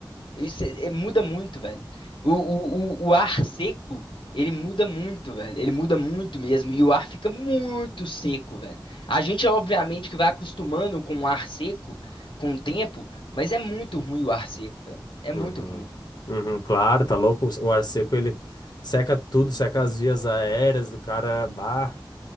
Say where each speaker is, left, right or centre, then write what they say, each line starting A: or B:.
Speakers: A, on the left; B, on the left.
A: Isso é- é- muda muito, velho. O, o, o, o ar seco, ele muda muito, velho. Ele muda muito mesmo. E o ar fica muito seco, velho. A gente, obviamente, que vai acostumando com o ar seco com o tempo, mas é muito ruim o ar seco, velho. É muito
B: Uhum.
A: ruim.
B: Uhum, claro, tá louco. O ar seco, ele seca tudo, seca as vias aéreas do cara. Bah,